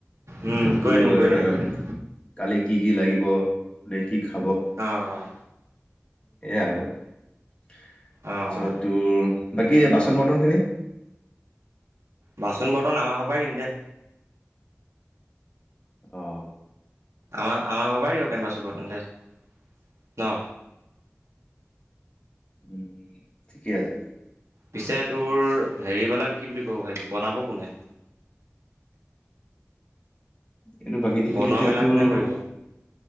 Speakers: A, on the right; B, on the left.
A: উম,
B: তাৰছতো
A: কৰি দিম কৰি
B: এ
A: দিম কৰি দিম।
B: কালি কি কি লাগিব কি খা
A: অঁ
B: সেয়াই আৰু তাৰপিছত
A: অ', অ',
B: তোৰ। বাকীয়ে বাচন বৰ্তনখিনি
A: বাচন বৰ্তন আমাক ঘৰপাই নিম দে।
B: আহ
A: আমা আমা ঘৰ পৰাই নিব পাৰিম বাচন -বৰ্তন দে ন।
B: উম ঠিকেই আছে।
A: পিছে তোৰ হেৰিবেলাক কি বুলি ক'ব ভাই বনাব কোনে?
B: এইটো বাকী দিখিল
A: বনোৱা
B: এতিয়া
A: মেলা
B: তোৰ
A: কোনে কৰিব?